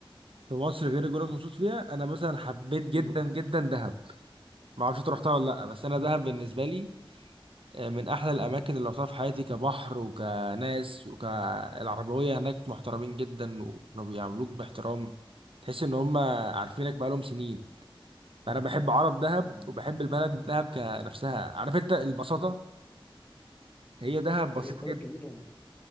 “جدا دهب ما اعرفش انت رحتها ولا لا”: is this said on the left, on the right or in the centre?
Right